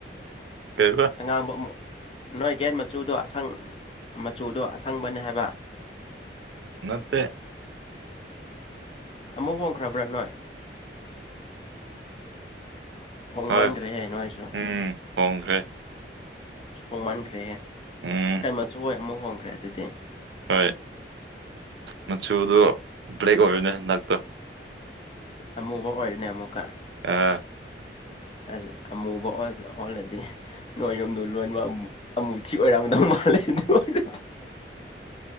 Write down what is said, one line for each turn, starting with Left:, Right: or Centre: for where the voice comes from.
Right: ꯀꯩꯕ
Left: ꯑꯉꯥꯡꯕ ꯑꯃꯨꯛ ꯅꯣꯏ ꯒꯦꯠ ꯃꯆꯨꯗꯣ ꯑꯁꯪ ꯃꯆꯨꯗꯣ ꯑꯁꯪꯕꯅꯤ ꯍꯥꯏꯕ
Right: ꯅꯠꯇꯦ
Left: ꯃꯨ ꯍꯣꯡꯈ꯭ꯔꯕ꯭ꯔꯥ ꯅꯣꯏ ꯍꯣꯡꯃꯟꯈ꯭ꯔꯦꯍꯦ
Right: ꯍꯣꯏ
Left: ꯅꯣꯏꯁꯨ
Right: ꯎꯝ ꯍꯣꯡꯈ꯭ꯔꯦ
Left: ꯍꯣꯡꯃꯟꯈ꯭ꯔꯦꯍꯦ
Right: ꯎꯝ
Left: ꯀꯩ ꯃꯆꯨ ꯑꯣꯏ ꯑꯃꯨꯛ ꯍꯣꯡꯈ꯭ꯔꯦ ꯑꯗꯨꯗꯤ
Right: ꯍꯣꯏ ꯃꯆꯗ ꯭ꯂꯦꯦꯛ ꯑꯣꯏꯅꯦ ꯂꯥꯛꯛꯇ
Left: ꯑꯃꯨꯕ ꯑꯣꯏꯅꯦ ꯑꯃꯨꯛ ꯀꯥ
Right: ꯑꯥ
Left: ꯑꯁ ꯑꯃꯨꯕ ꯑꯣ ꯑꯣꯜꯂꯗꯤ ꯅꯣꯏ ꯌꯨꯝꯗ ꯂꯣꯏꯕ ꯑꯃꯨꯛ ꯊꯤ ꯑꯣꯏꯔꯥꯡꯗꯪ ꯃꯥꯂꯦꯗ ꯑꯣꯏꯔ